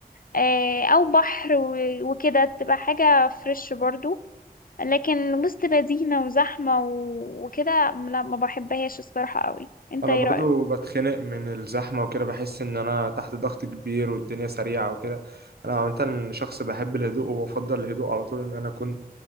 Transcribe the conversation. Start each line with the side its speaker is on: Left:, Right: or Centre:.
Left: آه أو بحر و- وكده تبقى حاجة فريش برضو لكن وسط مدينة وزحمة و- وكده لا ما بحبهاش الصراحة قوي انت
Right: انا
Left: ايه
Right: برضو
Left: رأيك
Right: بتخنق من الزحمه وكده بحس ان انا تحت ضغط كبير والدنيا سريعه وكده انا عامه شخص بحب الهدوء وبفضل الهدوء على طول ان انا اكون